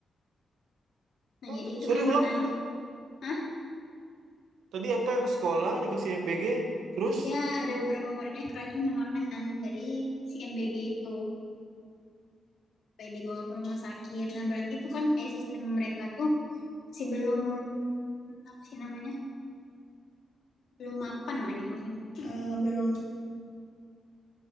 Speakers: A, on the left; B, on the right.
A: Nah,
B: Oh,
A: jadi
B: sorry
A: itu kan
B: ulang
A: menan
B: tadi.
A: ah
B: Tadi apa yang sekolah dikasih MBG, terus?
A: ya ada beberapa muridnya yang keracunan makanan dari si MBG itu sampai dibawa ke rumah sakit. Nah, berarti itu kan kayak sistem mereka tuh masih belum apa sih namanya? belum mapan lah gitu maksudnya Eh, belum